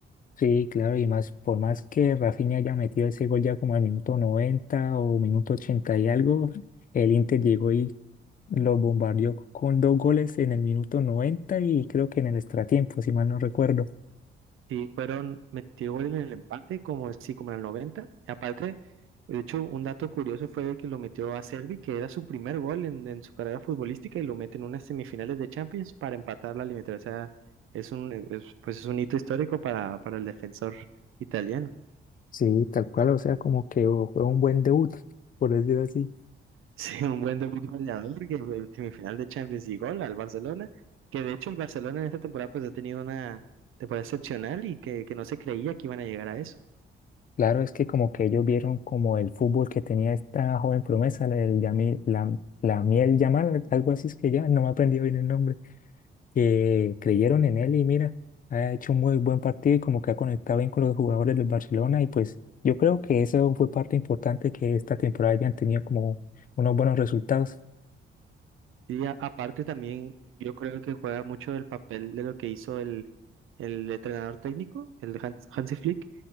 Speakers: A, on the left (about 40°); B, on the right (about 75°).
A: Sí, claro, y más, por más que Rafinha haya metido ese gol ya como al minuto 90 o minuto 80 y algo, el Inter llegó y lo bombardeó con dos goles en el minuto 90 y creo que en el extratiempo, si mal no recuerdo.
B: Sí, fueron, metió gol en el empate, como sí, como en el 90. Y aparte, de hecho, un dato curioso fue de que lo metió a Servi, que era su primer gol en, en su carrera futbolística, y lo mete en unas semifinales de Champions para empatar la eliminatoria. O sea, es un, es- pues es un hito histórico para, para el defensor italiano. <laughs>
A: Sí, tal cual, o sea, como que oh, fue un buen debut, por decirlo así.
B: Sí, un buen debut goleador que en semifinal de Champions y gol al Barcelona, que de hecho el Barcelona en esta temporada pues ha tenido una temporada excepcional y que, que no se creía que iban a llegar a eso.
A: Claro, es que como que ellos vieron como el fútbol que tenía esta joven promesa, la del Yamil, la, la Miel Yamal, algo así es que ya, no me he aprendido bien el nombre. que creyeron en él y mira, ha hecho un muy buen partido y como que ha conectado bien con los jugadores del Barcelona y pues yo creo que eso fue parte importante que esta temporada hayan tenido como unos buenos resultados.
B: y a- aparte también yo creo que juega mucho el papel de lo que hizo el, el entrenador técnico, el Hans, Hansi Flick,